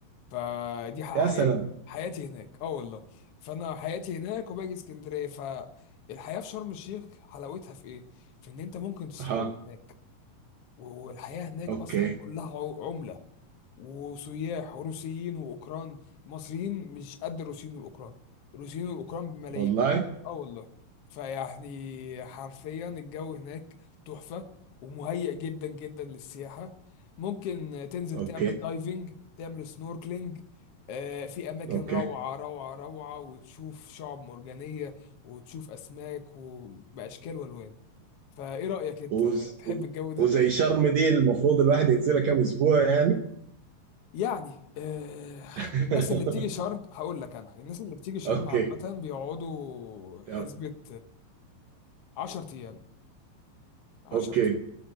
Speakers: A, on the left (about 70°); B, on the right (about 70°).
A: فدي ح-
B: يا سلام
A: حياتي حياتي هناك اه والله فانا حياتي هناك وباجي اسكندريه فالحياه في شرم الشيخ حلاوتها في ايه في ان انت ممكن تستقر
B: أها
A: هناك والحياه هناك
B: أوكي
A: اصلا كلها عو- عمله وسياح وروسيين واوكران المصريين مش قد الروسيين والاوكران الروسيين والاوكران بملايين
B: والله
A: اه والله فيعني حرفيا الجو هناك تحفة ومهيئ جدا جدا للسياحة ممكن تنزل
B: أوكي
A: تعمل دايفنج تعمل سنوركلينج آه، في أماكن
B: أوكي
A: روعة روعة روعة وتشوف شعب مرجانية وتشوف أسماك وبأشكال وألوان فإيه رأيك أنت
B: وز
A: تحب
B: و-
A: الجو ده؟
B: وزي شرم دي المفروض الواحد ينزلها كم أسبوع يعني
A: يعني آه
B: <laughs>
A: الناس اللي بتيجي شرم هقول لك انا الناس اللي بتيجي شرم
B: أوكي
A: عامة بيقعدوا حسبة
B: تمام.
A: 10 ايام 10
B: أوكي
A: ايام